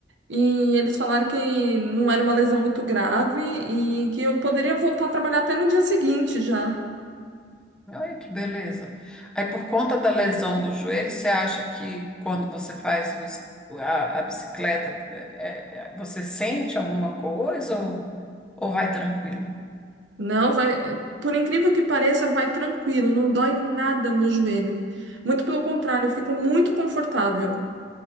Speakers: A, on the right (about 80°); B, in the centre.
A: E eles falaram que não era uma lesão muito grave e que eu poderia voltar a trabalhar até no dia seguinte já.
B: olha que beleza. Aí, por conta da lesão do joelho, você acha que quando você faz o es- a, a bicicleta, é, é, você sente alguma coisa ou, ou vai tranquila?
A: Não, vai. Por incrível que pareça, vai tranquilo, não dói nada meu joelho. Muito pelo contrário, eu fico muito confortável.